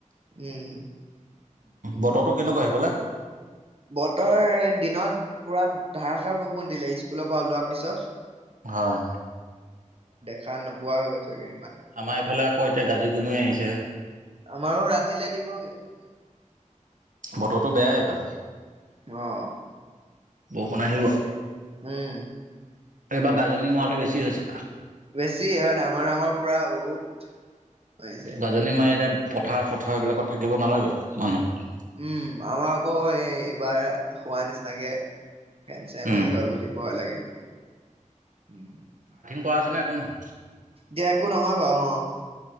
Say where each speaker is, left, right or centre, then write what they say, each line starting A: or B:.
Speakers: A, on the right; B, on the right.
A: উম।
B: বতৰটো কেনেকুৱা সেইফালে?
A: বতৰ দিনত পুৰা ধাৰষাৰ বৰষুণ দিলে স্কুলৰ পৰা ওলোৱাৰ পিছত।
B: হয়।
A: খান নোপোৱা হৈ গৈছে গে।
B: আমাৰ ই এইফালে আকৌ এতিয়া গাজি গুমৰি আহিছে
A: আমাৰো ৰাতিলে দিবগে বৰষুন।
B: বতৰৰতো বেয়াই এইফালে।
A: আহ,
B: বৰষুণ আহিব।
A: তাকে উম।
B: এইবাৰ গাজনি মৰাটো বেছি হৈছে।
A: বেছি এইবাৰ ডাঙৰ ডাঙৰ পৰা বহুত। হৈছে
B: গাজনি মাৰিলে পথাৰ চথাৰ এইবিলাকত থাকিব নালাগে মানুহ
A: উম আমাৰ আকৌ এই এইবাৰ হোৱা নিচিনাকে ফেন চেন
B: উম।
A: হেৰি হয় বুলি ভয় লাগে উ,
B: কৰাচেনাই একো নহয়।
A: দিয়া একো নহয় বাৰু অ